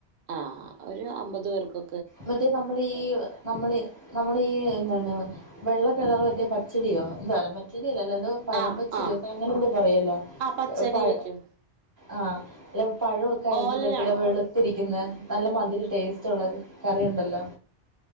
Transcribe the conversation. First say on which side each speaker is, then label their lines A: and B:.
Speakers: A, on the right; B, on the right.
A: ആഹ് ഒരു അമ്പത് പേർക്കൊ
B: ന്ന്ട്ട് നമ്മളെ ഈയ് നമ്മള് നമ്മളെ ഈ എന്താണ് വെള്ളക്കളറ്ല് മറ്റെ പച്ചടിയോ എന്തായാലും പച്ചടിയല്ല അല്ല എന്തോ പഴം
A: ആഹ്
B: പച്ചടിയോ
A: ആഹ്
B: ഇപ്പ അങ്ങനെന്തോ പറയെല്ലോ
A: ആ പച്ചടി
B: ഏഹ് പഴ
A: വെക്കും
B: ആഹ് ല്ലോം പഴൊക്കെ അരിഞ്ഞ്
A: ഓലനാണോ
B: ഇട്ട്ട്ടില്ലെ വെള് ത്തിരിക്ക്യിന്നെ നല്ല മധിരി ടേസ്റ്റ്ള്ളത് കറിണ്ടല്ലോ?